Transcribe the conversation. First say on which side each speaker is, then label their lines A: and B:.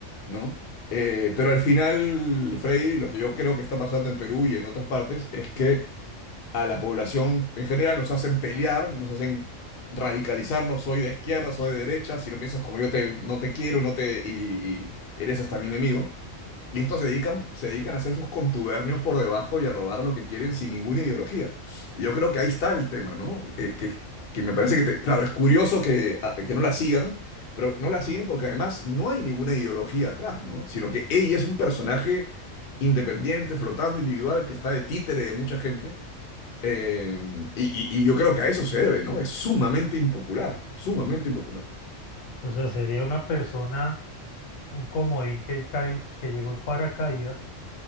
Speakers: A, on the left (about 55°); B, on the left (about 75°).
A: ¿no? Eh, pero al final, Freddy, lo que yo creo que está pasando en Perú y en otras partes es que a la población en general nos hacen pelear, nos hacen radicalizarnos, soy de izquierda, soy de derecha, si no piensas como yo te, no te quiero, no te, y, y eres hasta mi enemigo. Y estos se dedican, se dedican a hacer sus contubernios por debajo y a robar lo que quieren sin ninguna ideología. Y yo creo que ahí está el tema, ¿no? Eh, que, que me parece que, te- claro, es curioso que, a- que no la sigan, pero no la siguen porque además no hay ninguna ideología atrás, ¿no? Sino que ella es un personaje independiente, flotando, individual, que está de títere de mucha gente. Eh, y, y y yo creo que a eso se debe, ¿no? Es sumamente impopular, sumamente impopular.
B: O sea, sería una persona, un comodín que, cae, en- que llegó en paracaídas